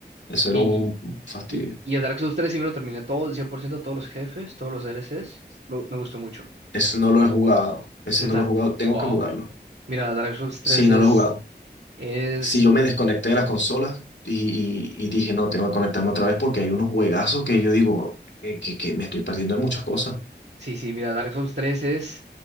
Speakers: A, on the left (about 85°); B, on the right (about 80°).
A: eso
B: Y,
A: era un fastidio.
B: y, y el Dark Souls tres sí me lo terminé todo, el 100% todos los jefes, todos los DLCs. me me gustó mucho.
A: Ese no lo he jugado. Ese
B: Neta,
A: no lo he jugado. Tengo
B: wow.
A: que jugarlo.
B: Mira, Dark Souls tres
A: Sí, no
B: es,
A: lo he jugado.
B: es,
A: Si yo me desconecté de las consolas y, y- y dije, no, tengo que conectarme otra vez porque hay unos juegazos que yo digo eh, que, que me estoy perdiendo de muchas cosas.
B: sí, sí, mira, Dark Souls tres es